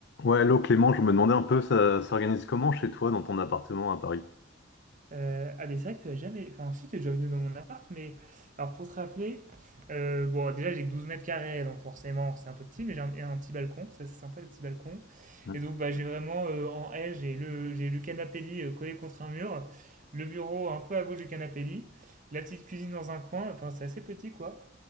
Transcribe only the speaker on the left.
Ouais, l'eau Clément, je me demandais un peu, ça s'organise comment chez toi dans ton appartement à Paris?
Hmm.